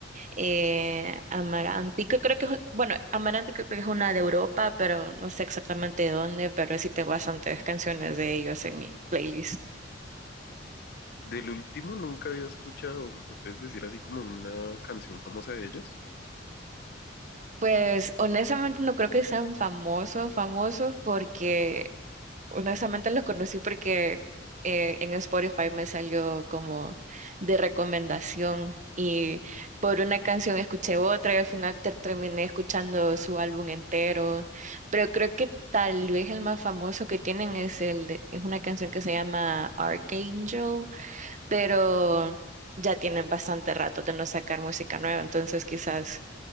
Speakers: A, on the right; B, on the left.
A: eh, Amaranti, que creo que es, bueno, Amaranti que creo que es una de Europa, pero no sé exactamente de dónde, pero sí tengo bastantes canciones de ellos en mi playlist.
B: Del último nunca había escuchado, ¿me puedes decir así como una canción famosa de ellos?
A: Pues honestamente no creo que sean famosos, famosos porque Honestamente los conocí porque eh, en Spotify me salió como de recomendación y por una canción escuché otra y al final ter- terminé escuchando su álbum entero. Pero creo que tal vez el más famoso que tienen es el de- es una canción que se llama Archangel, pero ya tienen bastante rato de no sacar música nueva, entonces quizás